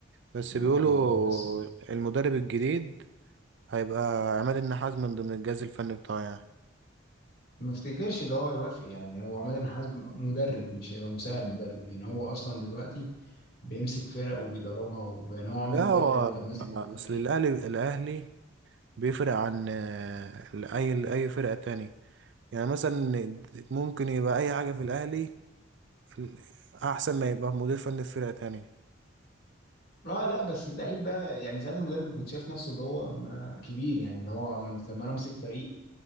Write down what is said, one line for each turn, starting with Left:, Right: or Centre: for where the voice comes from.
Right: بس
Left: اه
Right: بيقولوا
Left: هو بس
Right: المدرب الجديد هيبقى عماد النحاس من ضمن الجهاز الفني بتاعه يعني
Left: ما افتكرش ان هو يوافق يعني هو عماد النحاس مدرب مش هيبقى مساعد مدرب يعني هو اصلا دلوقتي بيمسك فرق وبيدربها ويعني هو عامل
Right: لا
Left: نتائج
Right: هو
Left: حلو كان ماسك
Right: اصل
Left: كذا فريق
Right: الاهلي الاهلي بيفرق عن آه، اي اي فرقة تاني يعني مثلا ممكن يبقى اي حاجة في الاهلي في- احسن ما يبقى مدير فني في فرقة تانية
Left: اه لا بس اللعيب ده يعني ساعات المدرب بيكون شايف نفسه اللي هو ما- كبير يعني اللي هو من- لما انا امسك فريق